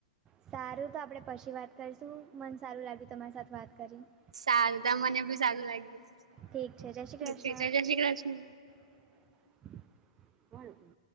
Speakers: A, on the right; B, on the right.
A: સારું તો આપણે પછી વાત કરીશું. મન સારું લાગ્યું તમારી સાથે વાત કરીને.
B: સારું ત મને ભી સારું લાગ્યું.
A: ઠીક છે જય શ્રી કૃષ્ણ
B: ત જયશ્રી કૃષ્ણ.
A: <unintelligible>